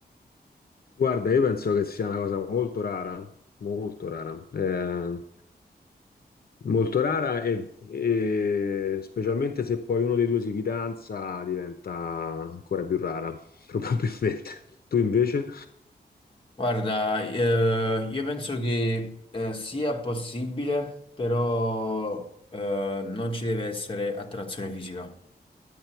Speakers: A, on the left; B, on the left.
A: Guarda, io penso che sia una cosa molto rara, molto rara, eh, molto rara e, e specialmente se poi uno dei due si fidanza diventa ancora più rara, <laughs> probabilmente. Tu invece?
B: Guarda, eh, io penso che eh, sia possibile, però eh, non ci deve essere attrazione fisica,